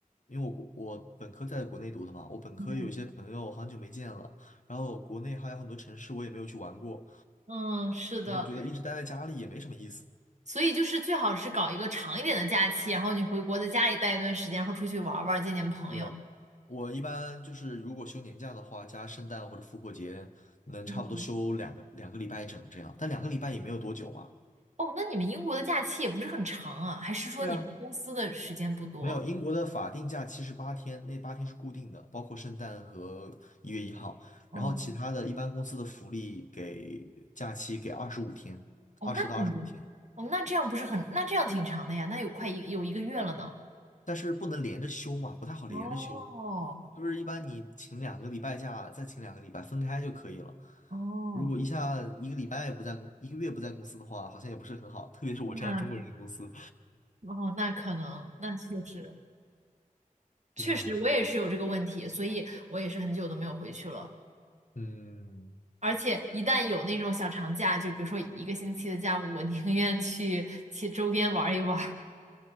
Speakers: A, on the left (about 60°); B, on the right (about 55°).
A: 因为我国我本科在国内读的嘛，我本科有一些朋友很久没见了，
B: 嗯，
A: 然后国内还有很多城市我也没有去玩过，
B: <laughs> 嗯，是的，
A: 我总觉得一直待在家里也没什么意思。
B: 所以就是最好是搞一个长一点的假期，然后你回国在家里待一段时间，然后出去玩儿玩儿见见朋友。
A: 对，我一般就是如果休年假的话，加圣诞或者复活节，能差不多休两个两个礼拜整这样，
B: 嗯
A: 但两个礼拜也没有多久嘛。
B: 哦，那你们英国的假期也不是很长啊，还是说你们公司的时间不多？
A: 对啊，没有，英国的法定假期是八天，那八天是固定的，包括圣诞和一月一号。
B: 哦，
A: 然后其他的一般公司的福利给假期给二十五天，
B: 哦，
A: 二十到二十五天。
B: 那挺多。哦，那这样不是很，那这样挺长的呀，那有快一有一个月了呢。
A: 但是不能连着休嘛，不太好连着休，
B: 哦
A: 就是一般你请两个礼拜假，再请两个礼拜分开就可以了。
B: 哦，
A: 如果一下一个礼拜不在公，一个月不在公司的话，好像也不是很好，特别是我这样中国人的公司
B: 那哦那可能那确实确实我也是有这个问题，
A: 是这样。
B: 所以我也是很久都没有回去了。
A: 嗯，
B: 而且一旦有那种小长假，就比如说一个星期的假，我宁愿去去周边玩一玩